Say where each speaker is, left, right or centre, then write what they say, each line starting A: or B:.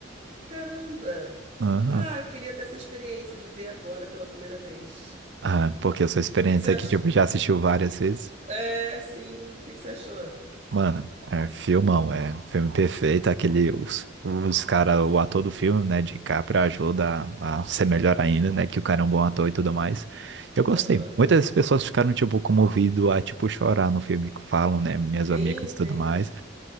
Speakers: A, on the right (about 35°); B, on the right (about 60°).
A: caramba.
B: Aham.
A: Ah, eu queria ter essa experiência de ver agora pela primeira vez.
B: Ah, porque a sua experiência
A: O que que você achou?
B: é que, tipo, já assistiu várias vezes.
A: É, sim. O que que você achou?
B: Mano, é filmão, é um filme perfeito. Aquele, os, os cara, o ator do filme, né, de Capra ajuda a ser melhor ainda, né, que o cara é um bom ator e tudo mais. Eu gostei.
A: Aham.
B: Muitas pessoas ficaram, tipo, comovido a, tipo, chorar no filme, que falam, né, minhas
A: Sim,
B: amigas
A: sim.
B: e tudo mais.